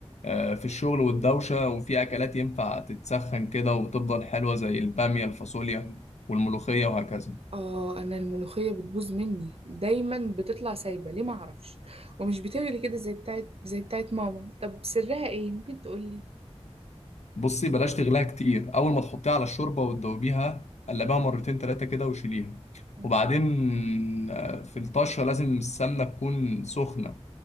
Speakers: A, on the left; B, on the right.
A: آه في الشغل والدوشه وفي اكلات ينفع تتسخن كده وتفضل حلوه زي الباميه الفاصوليا والملوخيه وهكذا
B: آه أنا الملوخية بتبوظ مني دايما بتطلع سايبة ليه معرفش ومش بتغلي كده زي بتاعت زي بتاعت ماما طب سرها إيه ممكن تقولي
A: بصي بلاش تغليها كتير اول ما تحطيها على الشوربه وتدوبيها قلبها مرتين تلاتة كده وشيليها
B: آه،
A: وبعدين آه، في الطشه لازم السمنه تكون سخنه